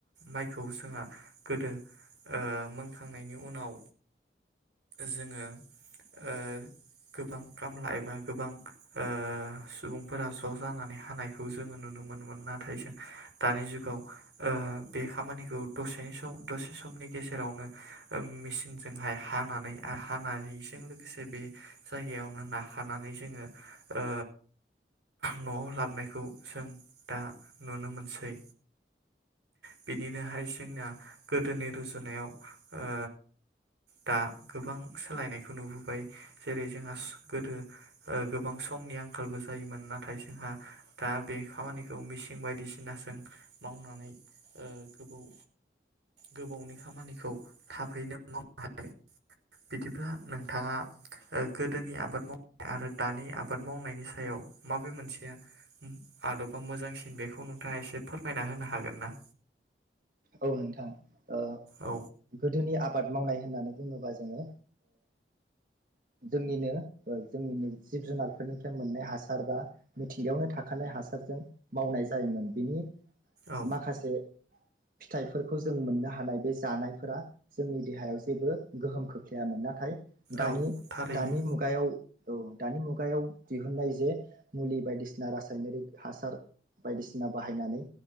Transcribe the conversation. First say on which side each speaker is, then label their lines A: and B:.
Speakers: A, on the right (about 90°); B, on the right (about 50°).
A: माइखौ जोंहा गोदो मोनखांनायनि उनाव जोङो ओ गोबां खामला एबा गोबां ओ सुबुंफोरा ज' जानानै हानायखौ जोङो नुनो मोनोमोन नाथाय जों दानि जुगाव ओ बे खामानिखौ दसे सम दसे समनि गेजेरावनो मेसिनजोंहाय हा हानानै आरो हाना होयिजों लोगोसे बे जायगायावनो नाखानानै जोङो ओ न'आव लाबनायखौ जों दा नुनो मोनसै बिदिनोहाय जोंना गोदोनि रुजुनायाव ओ दा गोबां सोलायनायखौ नुबोबाय जेरै जोंहा गोदो ओ गोबां समनि आंखालबो जायोमोन नाथाय जोंहा दा बे खामानिखौ मिसिं बायदिसिनाजों मावनानै ओ गोबाव गोबावनि खामानिखौ थाबैनो मावनो हा यो बिदिब्ला नोंथाङा गोदोनि आबाद मावनाय आरो दानि आबाद मावनायनि सायाव माबे मोनसेआ आदबा मोजांसिन बेखौ नोंथाङा एसे फोरमायना होनो हागोन? ना
B: औ नोंथां ओ
A: औ
B: गोदोनि आबाद मावनाय होननानै बुङोबा जोङो जोंनिनो जोंनिनो जिब जुनारफोरनिफ्राय मोननाय हासार बा मिथिंगायावनो थाखानाय हासारजों मावनाय जायोमोन बिनि
A: औ
B: माखासे फिथाइफोरखौ जों मोननो हानाय बे जानायफोरा जोंनि देहायाव जेबो गोहोम खोख्लैयामोन नाथाय दानि
A: औ थारैनो
B: दानि मुगायाव औ दानि मुगायाव दिहुननाय जे मुलि बायदिसिना रासायनारिक हासार बायदिसिना बाहायनानै